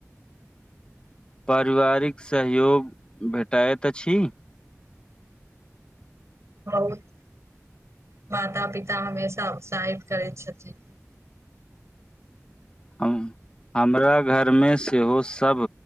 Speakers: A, on the left (about 20°); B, on the right (about 60°).
A: पारिवारिक सहयोग भेटैत अछि- -
B: बहुत माता -पिता हमेशा उत्साहित करैत छथि।
A: हम हमरा घरमे सेहो सभ